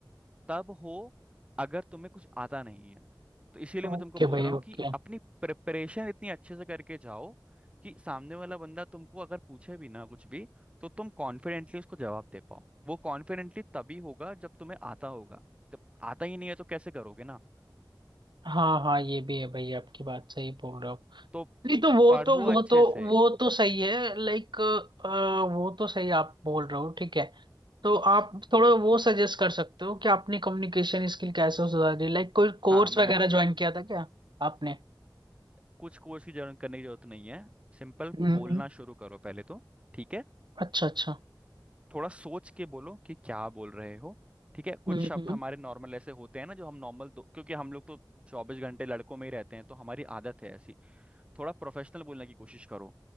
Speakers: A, on the right; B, on the right.
A: तब हो अगर तुम्हें कुछ आता नहीं है तो इसीलिए
B: ओके
A: मैं तुमको बोल
B: भाई
A: रहा हूँ
B: ओके
A: कि अपनी प्रिपरेशन इतनी अच्छे से करके जाओ कि सामने वाला बंदा तुमको अगर पूछे भी ना कुछ भी तो तुम कॉन्फिडेंटली उसको जवाब दे पाओ वो कॉन्फिडेंटली तभी होगा जब तुम्हें आता होगा जब आता ही नहीं है तो कैसे करोगे ना
B: हाँ हाँ ये भी है भाई आपकी बात सही बोल रहे हो
A: तो
B: नहीं तो वो
A: पढ़ो
B: तो वो
A: अच्छे
B: तो
A: से
B: वो तो सही है लाइक वो तो सही आप बोल रहे हो ठीक है तो आप थोड़ा वो सजेस्ट कर सकते हो कि आपने कम्युनिकेशन स्किल कैसे सुधारी लाइक कोई कोर्स
A: हाँ मैं
B: वगैरह ज्वाइन किया था क्या आपने
A: कुछ कोर्स की जरूरत करने की जरूरत नहीं है सिंपल
B: हम्म
A: बोलना
B: हम्म।
A: शुरू करो पहले तो ठीक है
B: अच्छा अच्छा
A: थोड़ा सोच के बोलो कि क्या बोल रहे हो ठीक है कुछ
B: हम्म
A: शब्द
B: हम्म
A: हमारे नॉर्मल ऐसे होते हैं ना जो हम नॉर्मल क्योंकि हम लोग तो चौबीस घंटे लड़कों में ही रहते हैं तो हमारी आदत है ऐसी थोड़ा प्रोफेशनल बोलने की कोशिश करो